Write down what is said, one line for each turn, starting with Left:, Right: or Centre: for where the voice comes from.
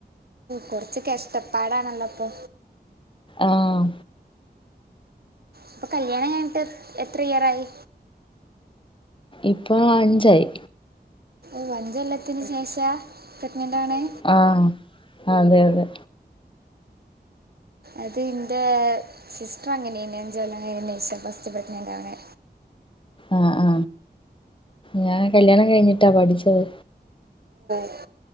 Right: കൊറച്ച് കഷ്ടപ്പാടാണല്ലോ ഇപ്പൊ
Left: ആഹ്
Right: ഇപ്പൊ കല്യാണം കഞ്ഞിട്ട് എത്ര ഇയറായി.
Left: ഇപ്പോ അഞ്ചായി.
Right: ഓ അഞ്ചോലത്തിന് ശേഷ പ്രഗ്നൻറ് ആണേ?
Left: ആ അതെ തെ.
Right: അത് ഇൻ്റെ സിസ്റ്റർ അങ്ങനെയെനി അഞ്ച് കൊല്ലം കഴിഞ്ഞെയ്നിഷ ഫസ്റ്റ് പ്രഗ്നൻറ്റവെന്നെ.
Left: ആ ആ ഞാൻ കല്യാണം കഴിഞ്ഞിട്ടാ പഠിച്ചത്.
Right: ഓ